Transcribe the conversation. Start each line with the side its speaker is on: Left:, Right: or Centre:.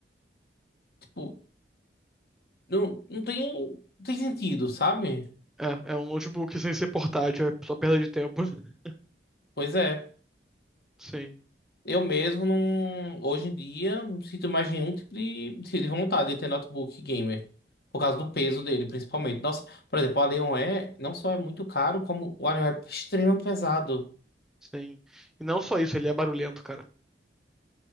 Left: Tipo, não, não tem, não tem sentido, sabe?
Centre: É, é um notebook sem ser portátil, é só perda de tempo. <laughs>
Left: Pois é.
Centre: Sim,
Left: Eu mesmo não, hoje em dia não sinto mais nenhum tipo de, de vontade de ter notebook gamer. Por causa do peso dele, principalmente. Nossa, por exemplo, o Alienware é- não só é muito caro, como o Alienware é extremamente pesado.
Centre: sim. E não só isso, ele é barulhento, cara.